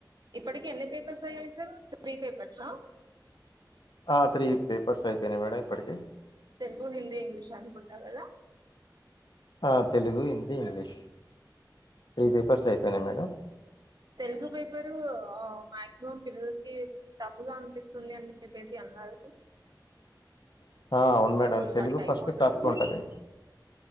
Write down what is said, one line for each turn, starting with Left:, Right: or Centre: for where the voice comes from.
Right: ఇప్పటికీ ఎన్ని పేపర్స్ అయ్యాయి సార్ త్రీ పేపర్స
Left: ఆ త్రీ పేపర్స్ అయిపెయినయ్ మేడం ఇప్పటికి
Right: తెలుగు, హిందీ, ఇంగ్లీష్ అనుకుంటా గదా
Left: ఆ Telugu, Hindi, English three papers అయిపెయినయ్ మేడం
Right: తెలుగు పేపరు మాక్సిమం పిల్లల్కి టఫ్ గా అనిపిస్తుంది అని జెప్పేసి అం అన్నారు
Left: <inaudible> ఆ అవును మేడం
Right: ఈసారికి
Left: తెలుగు
Right: అయిపోతుంది
Left: ఫస్ట్ టఫ్ఫ్ ఉంటది